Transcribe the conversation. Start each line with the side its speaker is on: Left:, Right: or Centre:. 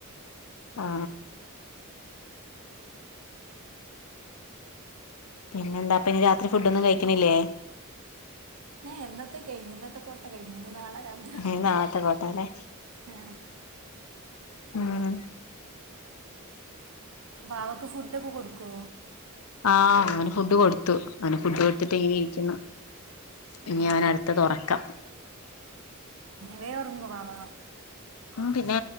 Left: ആ പിന്നെ എന്താപ്പ ഇനി രാത്രി ഫുഡൊന്നും കഴിക്ക്ണില്ലേ
Right: ഹേ ഇന്നത്തെ കഴിഞ് ഇന്നത്തെ കൊട്ട കഴിഞ് ഇനി നാളെ രാവിലെ
Left: ഇനി നാളത്തെ കോട്ട ലെ
Right: ആ,
Left: ഉം
Right: വാവക്ക് ഫുഡൊക്കെ കൊട്ക്കോ
Left: ആ അവന് ഫുഡ് കൊടുത്തു അവന് ഫുഡ് കൊടുത്തിട്ട് ഇങ്ങെനെ ഇരിക്കുന്നു ഇനി
Right: ഏ
Left: അവന് അട്ത്തത് ഒറക്കം
Right: വേം ഒറങ്ങോ വാവ
Left: ഉം പിന്നെ